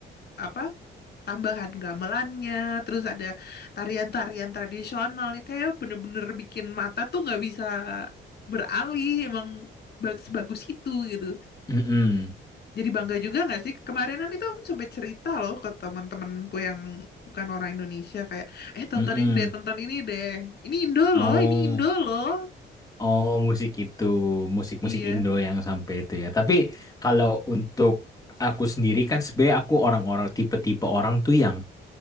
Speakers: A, on the left; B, on the left.
A: apa tambahan gamelannya, terus ada tarian-tarian tradisionalnya, kayak bener-bener bikin mata tuh nggak bisa beralih, emang ba- sebagus itu gitu.
B: Mm-mm,
A: Jadi bangga juga nggak sih? Kemarinan itu aku sampai cerita loh ke teman-temanku yang bukan orang Indonesia kayak, eh tonton
B: mm-mm.
A: ini deh, tonton ini deh, ini Indo
B: Oh.
A: loh, ini Indo loh.
B: Oh, musik itu, musik-musik
A: Iya,
B: Indo yang sampai itu ya. Tapi kalau untuk aku sendiri kan sebenarnya aku orang-orang tipe-tipe orang tuh yang